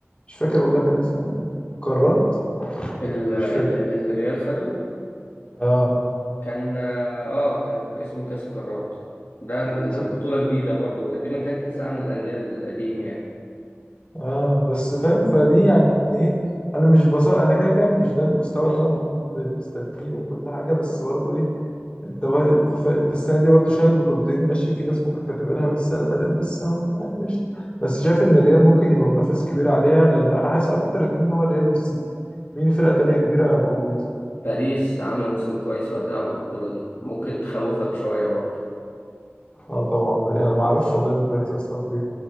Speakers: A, on the left; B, on the left.
A: مش فاكر والله كان اسمه ايه قارات
B: ال ال
A: مش فاكر
B: الريال خده
A: اه
B: كان اه كان اسمه كاس القارات ده البطوله
A: كاس القارات
B: جديده برضه دي مكان كاس العالم للانديه القديم يعني
A: اه بس فاهم فدي يعني ايه انا مش بص انا كده كده مش ده المستوى اللي انا المفروض مستنيه وكل حاجه بس برضو ايه انت بقى ف- ف- انت السنه دي برضه شايل بطولتين ماشي في ناس ممكن تعتبرها من السنه اللي فاتت بس هو يعني قشطة. بس شايف ان الريال ممكن يبقى منافس كبير عليها لان انا حاسس اكتر اتنين هو الريال والسيتي مين فرقه تانية كبيره موجوده
B: باريس عامله موسم كويس وهتلعب البطوله دي ممكن تخوفك شويه برضه
A: اه طبعا باريس انا ما اعرفش والله ان باريس اصلا فيها